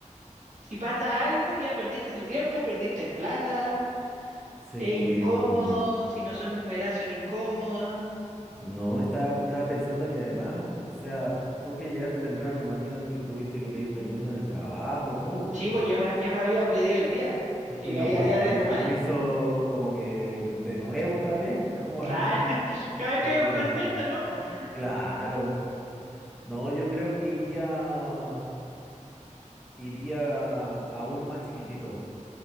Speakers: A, on the right (about 65°); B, in the centre.
A: si pasa algo, ya perdiste tu tiempo, perdiste plata,
B: sí,
A: es incómodo,
B: pues.
A: si no son numerazos son incómodos.
B: No, estaba, estaba pensando que además, o sea, tú que llegaste temprano, me imagino que tuviste que pedir permiso en el trabajo y todo, pues.
A: Sí, pues yo me, yo me había pedido el día,
B: Y,
A: que
B: y
A: caía
B: no podéis
A: día
B: pedir
A: de semana.
B: permiso como que de nuevo otra vez, <laughs> como
A: Claro,
B: al-
A: <laughs> cada vez que
B: es
A: hay un
B: como,
A: concierto, ¿no? Pues
B: claro. No, yo creo que iría, iría a, a uno más chiquitito,